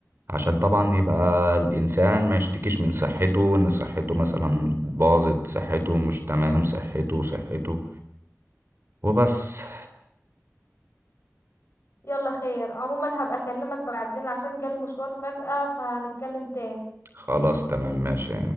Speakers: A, on the right (about 50°); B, on the left (about 55°).
A: عشان طبعا يبقى الإنسان ما يشتكيش من صحته إن صحته مثلا باظت صحته مش تمام صحته صحته وبس
B: يلا خير عموما هبقى اكلمك بعدين عشان جالي مشوار فجأة فهنتكلم تاني
A: خلاص تمام ماشي